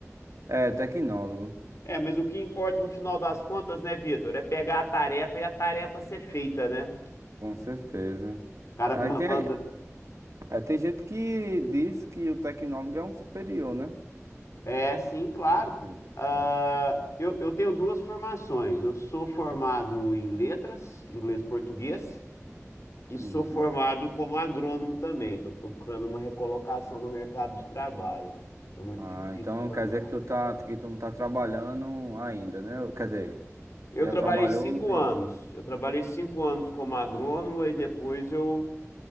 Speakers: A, on the right (about 70°); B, on the left (about 65°).
A: É, tecnólogo,
B: É, mas o que importa no final das contas, né, Vitor, é pegar a tarefa e a tarefa ser feita, né? O
A: com certeza.
B: cara
A: E aí
B: ma-
A: tem,
B: manda.
A: É, tem gente que diz que o tecnólogo é um superior, né?
B: É, sim, claro.
A: Não sei.
B: Ah,
A: É.
B: eu, eu tenho duas formações. Eu sou formado em letras, inglês e português, e sou
A: Uhum.
B: formado como agrônomo também. Estou procurando uma recolocação no mercado de trabalho. Foi muito
A: Ah,
B: difícil
A: então
B: formar.
A: quer dizer que tu tá, que tu não tá trabalhando ainda, né? Ou, Quer dizer,
B: Eu
A: já
B: trabalhei
A: trabalhou,
B: cinco
A: mas
B: anos. Eu trabalhei cinco anos como agrônomo e depois eu